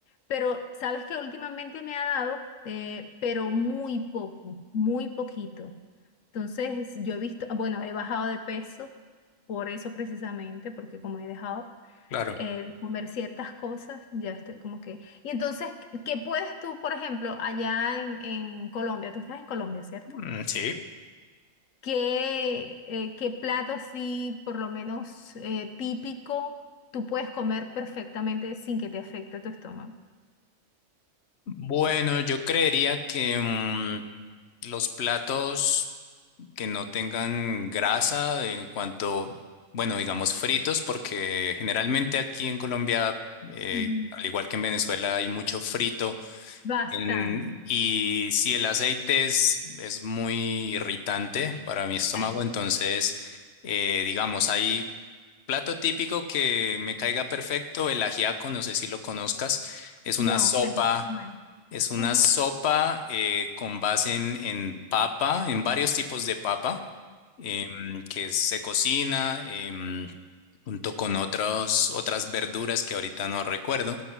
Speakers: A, on the left; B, on the left.
A: Pero sabes que últimamente me ha dado, eh, pero muy poco, muy poquito. Entonces yo he visto, ah, bueno, he bajado de peso por eso precisamente, porque como he dejado
B: Claro.
A: eh, comer ciertas cosas, ya estoy como que... Y entonces, ¿qué puedes tú, por ejemplo, allá en, en Colombia? Tú estás en Colombia, ¿cierto?
B: Mm, Sí.
A: ¿Qué, eh, qué plato así, por lo menos eh, típico, tú puedes comer perfectamente sin que te afecte tu estómago?
B: Bueno, yo creería que mm, los platos... que no tengan grasa en cuanto, bueno, digamos fritos, porque generalmente aquí en Colombia, eh,
A: Ujú.
B: al igual que en Venezuela, hay mucho frito.
A: Bastante.
B: en- y si el aceite es, es muy irritante para mi estómago,
A: Eh,
B: entonces, eh, digamos, hay plato típico que me caiga perfecto, el ajiaco, no sé si lo conozcas, es
A: no,
B: una sopa.
A: cuéntame cómo es.
B: Es una
A: Ajá.
B: sopa eh, con base en, en papa, en varios tipos de papa, em, que se cocina em, junto con otros, otras verduras que ahorita no recuerdo,